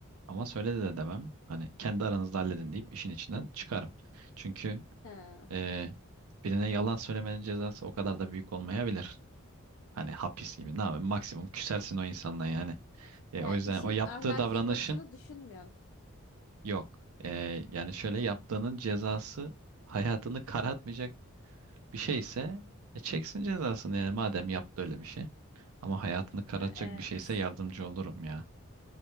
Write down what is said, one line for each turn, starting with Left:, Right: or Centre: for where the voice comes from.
Right: ama söyledi de demem. Hani kendi aranızda halledin deyip işin içinden çıkarım. Çünkü
Left: Ha.
Right: e, birine yalan söylemenin cezası o kadar da büyük olmayabilir. Hani hapis gibi
Left: Hmm.
Right: ne yapayım maksimum küsersin o insanla yani. E,
Left: Ha,
Right: o yüzden
Left: işin
Right: o yaptığı
Left: ahlaki
Right: davranışın
Left: boyutunu düşünmüyorsun.
Right: yok. E, yani şöyle yaptığının cezası hayatını karartmayacak bir şeyse e, çeksin cezasını yani madem yaptı öyle bir şey. Ama hayatını karartacak
Left: Ha, evet.
Right: bir şeyse yardımcı olurum ya.